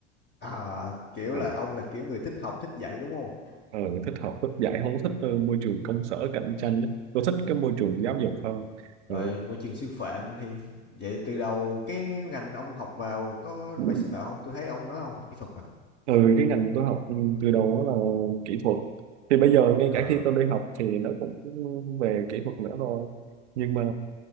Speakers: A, on the left; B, on the right.
A: à, kiểu
B: à
A: là ông là kiểu người thích học thích dạy đúng không
B: ờ, thích học thích dạy không thích ờ, môi trường công sở cạnh tranh ấy. tôi thích cái môi trường giáo dục hơn Ờ,
A: rồi môi trường sư phạm thì vậy từ đầu cái ngành ông học vào có
B: ừ.
A: phải sư phạm không tôi thấy ông nói ông học kỹ thuật à
B: ừ cái ngành tôi học từ đầu đó là kỹ thuật thì bây giờ ngay
A: à,
B: cả khi tôi đi học thì nó cũng về kỹ thuật nữa rồi nhưng mà